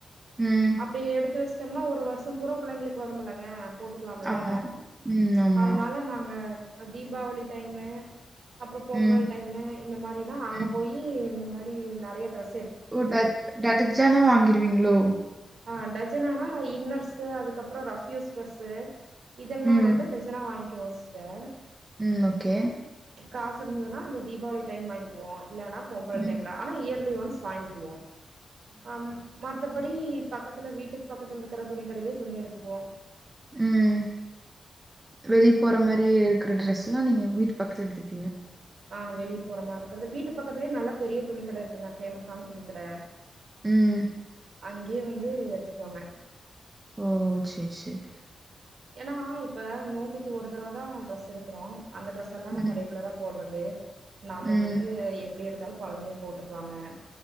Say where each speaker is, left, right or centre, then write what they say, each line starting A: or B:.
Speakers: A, on the right; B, on the right.
A: ம்
B: அப்டி எடுத்து வச்சிட்டோம்னா ஒரு வருஷம் பூரா புள்ளைங்களுக்கு வரமுல்லங்க போட்டுக்கலாம்ல
A: ஆமா ம் ஆமா
B: அதனால நாங்க தீபாவளி டைமு அப்புறோ பொங்கல்
A: ம்
B: டைமு இந்த மாரிதா அங்க
A: ம்
B: போயி இந்த மாரி நறைய டிரெஸ்
A: ஓ ட டஜனா வாங்கிருவீங்ளோ
B: ஆ டஜனானா இன்னர்ஸு அதுக்கப்றோ ரஃப் யூஸ் டிரஸ் இதெல்லா
A: ம்
B: வந்து ஜனா வாங்கிக்குவோ சிஸ்டர்
A: ம் ஓகே
B: காசு இருந்ததுன்னா அந்த தீபாவளி டைம் வாங்கிக்குவோ இல்லன்னா பொங்கல்
A: ம்
B: டைம்ல ஆனா இயர்லி ஒன்ஸ் வாங்கிக்குவோ ம் மத்தபடி பக்கத்துல வீட்டுக்கு பக்கத்துல இருக்கிற துணி கடைலயே துணி எடுத்துக்குவோ
A: ம் வெளிய போற மாரி எடுக்கிற ட்ரெஸ்லா நீங்க வீட்டு பக்கத்துல எடுத்துப்பீங்க
B: ஆ வெளிய போறமா இருக்கறது வீட்டு பக்கத்துலயே நல்லா பெரிய துணிக் கடை இருக்குங்க பேமஸ் ஆன துணிக்கடை
A: ம்.
B: அங்கே வந்து எடுத்துக்குவாங்க
A: ஓ செர் செரி
B: ஏன்னா இப்ப நோம்பிகு ஒரு தடவ தான் டிரெஸ் எடுகுறோம் அந்த டிரெஸ் இதல்லாம்
A: ம்.
B: நம்ம ரெகுலரா போடுறது நாம்ம
A: ம்.
B: வந்து எப்டி எடுத்தாலும் கொழந்தைங்க போட்டுகுவாங்க